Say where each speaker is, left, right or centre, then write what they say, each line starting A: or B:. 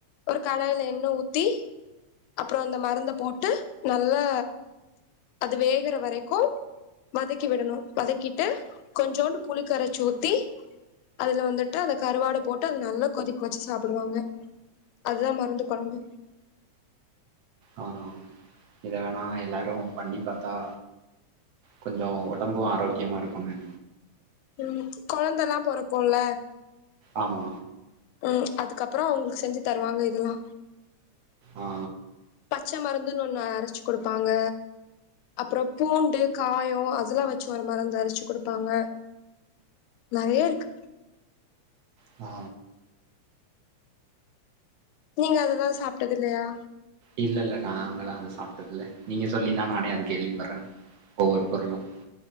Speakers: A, on the left; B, on the right.
A: ஒரு கடாய்ல எண்ணெ ஊத்தி அப்ற அந்த மருந்த போட்டு நல்லா அது வேகுற வரைக்கு வதக்கி விடணு வதக்கிட்டு கொஞ்சோண்டு புளி கரைச்சி ஊத்தி அதுல வந்துட்டு அந்த கருவாடு போட்டு அது நல்லா கொதிக்க வச்சு சாப்டுவாங்க அதுதா மருந்து குழம்பு
B: ஆ இத வேணா எல்லாரு பண்ணி பார்த்தா கொஞ்ச உடம்பு ஆரோக்கியமா இருக்கும்னு
A: ம் குழந்தல்லா போறக்கும்ல
B: ஆமா
A: ம் அதுக்கப்ற அவங்களுக்கு செஞ்சு தருவாங்க இதெல்லா
B: ஆ
A: பச்ச மருந்துனு ஒன்னு அரச்சு கொடுப்பாங்க அப்பற பூண்டு காய அதெல்லா வச்சு ஒரு மருந்து அரச்சு கொடுப்பாங்க நெறைய இருக்கு
B: ஆ
A: நீங்க அதெல்லா சாப்ட்டது இல்லயா
B: இல்ல இல்ல நாங்களா அத சாப்ட்டதில்ல நீங்க சொல்லி தா நானே அது கேள்விப்படுற ஒவ்வொரு பொருளும்